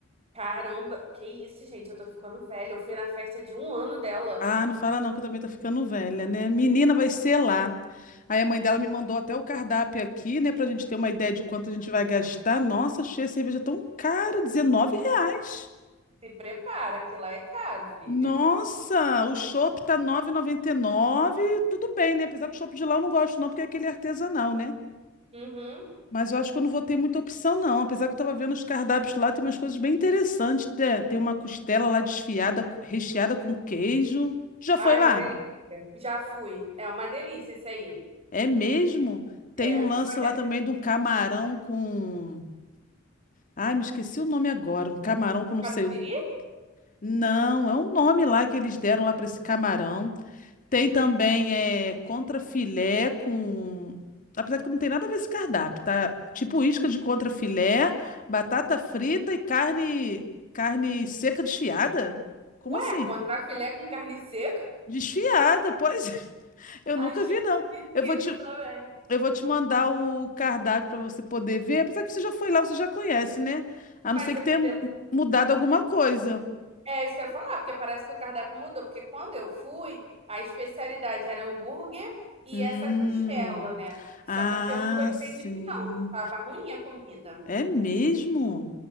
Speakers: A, on the right; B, on the left.
A: Caramba, que isso, gente, eu tô ficando velha. Eu fui na festa de um ano dela.
B: Ah, não fala não, que eu também tô ficando velha, né? Menina, vai ser lá. Aí a mãe dela me mandou até o cardápio aqui, né, pra gente ter uma ideia de quanto a gente vai gastar. Nossa, achei a cerveja tão cara, 19 reais.
A: Se prepara, que lá é caro, filha.
B: Nossa, o chopp tá nove e noventa e nove, tudo bem, né? Apesar que o chopp de lá eu não gosto não, porque é aquele artesanal, né?
A: Uhum.
B: Mas eu acho que eu não vou ter muita opção não, apesar que eu tava vendo os cardápios lá, tem umas coisas bem interessantes. Tem, tem uma costela lá desfiada, co- recheada com queijo. Já
A: Ai,
B: foi lá?
A: uma delícia. Já fui. É uma delícia isso aí.
B: É mesmo? Tem
A: É,
B: um lance
A: só que...
B: lá também de um camarão com... Ai, me esqueci o nome agora, um camarão com
A: O
B: não
A: catupiry?
B: sei o... Não, é um nome lá que eles deram lá para esse camarão. Tem também é, contrafilé com. Apesar que não tem nada a ver esse cardápio, tá? Tipo isca de contrafilé batata frita e carne, carne seca desfiada? Como
A: Ué,
B: assim?
A: contrafilé com carne seca?
B: Desfiada, pois é. <laughs> eu
A: Achei
B: nunca vi, não.
A: esquisito
B: Eu vou te,
A: também.
B: eu vou te mandar o cardápio para você poder ver. Apesar que você já foi lá, você já conhece, né? A
A: Mas
B: não ser que
A: é
B: tenha
A: pelo...
B: mu- mudado alguma coisa.
A: É isso que eu ia falar, porque parece que o cardápio mudou. Porque quando eu fui, a especialidade era hambúrguer e
B: Hum.
A: essa costela, né? Só
B: Ah,
A: que eu não gostei
B: sim.
A: muito, não. Tava ruim a comida.
B: É mesmo?